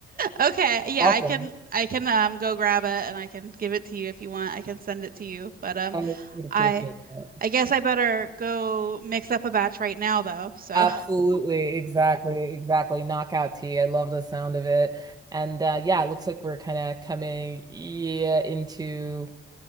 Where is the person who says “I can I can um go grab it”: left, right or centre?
Right